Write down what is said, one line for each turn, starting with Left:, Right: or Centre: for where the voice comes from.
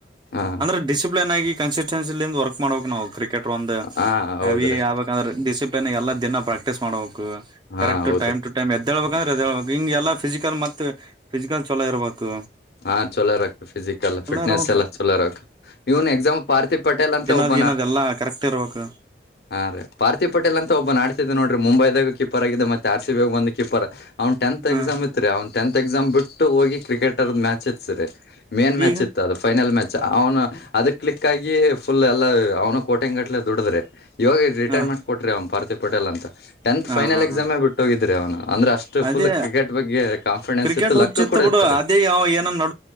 Left: ಹಾ
Right: ಅಂದ್ರೆ ಡಿಸಿಪ್ಲಿನ್ ಆಗಿ ಕನ್ಸಿಟ್ಯನ್ಸಿಂದ ವರ್ಕ್ ಮಾಡ್ಬೇಕಕ್ ನಾವು ಕ್ರೆಟ್ ಕ್ರಿಕೆಟ್ ಒಂದು
Left: ಹಾ ಹೌದ್ರಿ
Right: ಹೆವಿ ಯಬೇಕಂದ್ರೆ ಡಿಸಿಪ್ಲಿನ್ ಎಲ್ಲಾ ದಿನ ಪ್ರಾಕ್ಟೀಸ್ ಮಾಡ
Left: ಹಾ
Right: ಕರೆಕ್ಟ್
Left: ಹೌದ್ರಿ
Right: ಟೈಮ್ ಟು ಟೈಮ್ ಎದ್ದೇಬೇಕಂದ್ರೆ ಎದಳ್ಬೇಕು ಹಿಂಗೆಲ್ಲ ಫಿಸಿಕಲ್ ಮತ್ ಫಿಸಿಕಲ್ ಚಲೋ ಇರಬೇಕು
Left: ಹಾ ಚಲೋರ್ ಆಕ್ತ ಫಿಸಕ್ಲ್ ಫಿಟ್ನೆಸ್
Right: ಇರ್ಬೇಕು
Left: ಎಲ್ಲಾ ಚಲೋರಕ್ ಇವನ್ ಎಕ್ಸಾಮ್ ಪಾರ್ಥ ಪಟೇಲ್ ಅಂತ ಒಬ್ಬ
Right: ಏನದೆ ಎಲ್ಲಾ ಕರೆಕ್ಟ್ ಇರಬೇಕು
Left: ಹಾ ರೀ ಪಾರ್ಥ ಪಟೇಲ್ ಅಂತ ಒಬ್ಬ ನಡ್ತಿದ್ ನೋಡಿ ಮುಂಬೈದಾಗ ಕೀಪರ್ ಆಗ ಮತ್ತೆ ಆರ್ ಸಿಬ ಬಂದು ಕೀಪರ್ ಅವ್ನ್ ಟೆಂತ್ ಎಕ್ಸಾಮ್
Right: ಹ
Left: ಇತ್ರಿ ಅವ್ ಟೆಂತ್ ಎಕ್ಸಾಮ್ ಬಿಟ್ಟು ಹೋಗಿ ಕ್ರಿಕೆಟ್ರ್ದ ಮ್ಯಾಚ್ ಇತ್ತಸ್ರರಿ ಮೇನ್ ಮ್ಯಾಚ್
Right: ಈಗ
Left: ಇತ್ತು ಅದು ಫೈನಲ್ ಮ್ಯಾಚ್ ಚ ಅವನು ಅದ ಕ್ಲಿಕ್ ಆಗಿ ಫುಲ್ ಎಲ್ಲ ಅವ್ನು ಕೋಟೆಂಗಟ್ಲೆ ದುಡಿದ್ರೆ ಇವಾಗ ರಿಟೈರ್ಮಂಟ್
Right: ಹ
Left: ಕೊರರಿ ಅವ್ ಪಾರ್ತಿ ಪಟೇಲ್ ಅಂತಟಂತ್
Right: ಹ
Left: ಫೈನಲ್
Right: ಹಾ
Left: ಎಕ್ಸಾಮೇ
Right: ಹಾ
Left: ಬಿಟ್ಟ ಹೋಗಿದ್ರ ಅವನು ಅಂದ್ರೆ ಅಷ್ಟು
Right: ಅದೇ
Left: ಫುಲ್ ಕ್ರಿಕೆಟ್ ಬಗ್ಗೆ ಕಾನ್ಫಿಡೆನ್ಸ್
Right: ಕ್ರಿಕೆಟ್
Left: ಇತ್ತು
Right: ಹುಚ್ಚಿತ್
Left: ಲಕ್ಕ ಕೂಡ
Right: ಬಿಡು
Left: ಇರ್ತರಿ
Right: ಅದೇ ಯಾವ ಏನ ನ